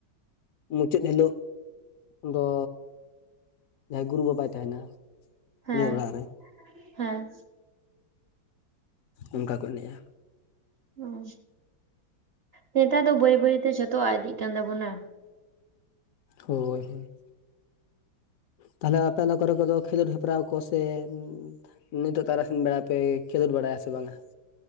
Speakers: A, on the left; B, on the right.
A: ᱢᱩᱪᱟᱹᱫ ᱦᱤᱞᱳᱜ ᱫᱚ ᱡᱟᱦᱟᱸᱭ ᱜᱩᱨᱩ ᱵᱟᱵᱟᱭ ᱛᱟᱦᱮᱱᱟ
B: ᱦᱮᱸ
A: ᱩᱱᱤ ᱚᱲᱟᱜ ᱨᱮ
B: ᱦᱮᱸ
A: ᱚᱱᱠᱟ ᱠᱚ ᱮᱱᱮᱡᱼᱟ
B: ᱦᱩᱸ ᱱᱮᱛᱟᱨ ᱫᱚ ᱵᱟᱹᱭ ᱵᱟᱹᱭ ᱛᱮ ᱡᱷᱚᱛᱚᱣᱟᱜ ᱟᱫ ᱤᱫᱤᱜ ᱠᱟᱱ ᱛᱟᱵᱚᱱᱟ
A: ᱦᱳᱭ ᱦᱳᱭ ᱛᱟᱦᱚᱞᱮ ᱟᱯᱮ ᱚᱱᱟ ᱠᱚ ᱨᱮ ᱠᱚᱫᱚ ᱠᱷᱮᱞᱳᱰ ᱦᱮᱯᱨᱟᱣ ᱠᱚ ᱥᱮ <unintelligible> ᱱᱤᱛᱚᱜ ᱛᱟᱨᱟᱥᱤᱱ ᱵᱮᱲᱟ ᱯᱮ ᱠᱷᱮᱞᱳᱰ ᱵᱟᱲᱟᱭᱟ ᱥᱮ ᱵᱟᱝᱟ